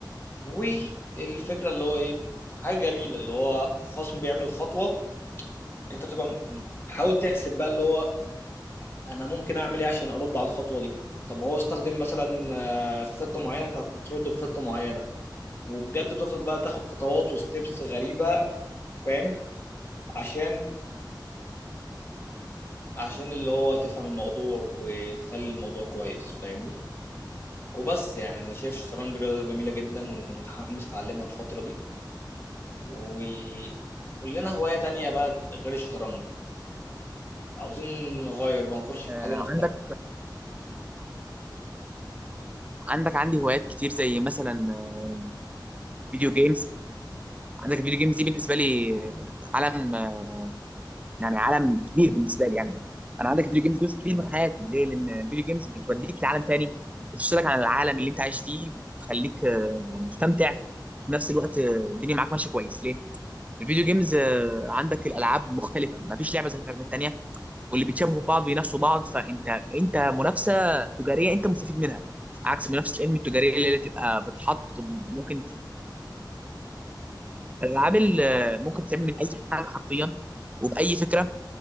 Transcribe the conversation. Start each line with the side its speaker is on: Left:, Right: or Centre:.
Left: والفكره اللي هو ايه حاجه جميله اللي هو خصم بيعمل خطوه انت بتبقى م- تحاول تحسب بقى اللي هو انا ممكن اعمل ايه عشان ارد على الخطوه دي طب هو استخدم مثلا آه، خطه معينه انت هترد بخطه معينه وبجد بتفضل بقى تاخد خطوات وستبس غريبه فاهم عشان عشان اللي هو تفهم الموضوع وتخلي الموضوع كويس فاهمني وبس يعني انا شايف الشطرنج رياضه جميله جدا ومتحمس اتعلمها الفتره دي وقول لنا هوايه تانية بقى غير الشطرنج عاوزين نغير بقى نخش في
Right: آه،
Left: حاجه مختلفه
Right: عندك عندك عندي هوايات كتير زي مثلا آه، فيديو جيمز عندك الفيديو جيمز دي بالنسبه لي عالم آه، يعني عالم كبير بالنسبه لي يعني انا عندك الفيديو جيمز جزء كبير من حياتي ليه لان الفيديو جيمز بتوديك لعالم تاني بتفصلك عن العالم اللي انت عايش فيه بتخليك آه، مستمتع في نفس الوقت آه، الدنيا معاك ماشيه كويس ليه الفيديو جيمز آه، عندك الالعاب مختلفه ما فيش لعبه زي من التانيه واللي بيتشابهوا ببعض بينافسوا بعض فانت انت منافسه تجاريه انت مستفيد منها عكس منافسه العلم التجاريه اللي هي تبقى بتحط ممكن الالعاب اللي ممكن تتعمل من اي حاجه حرفيا وباي فكره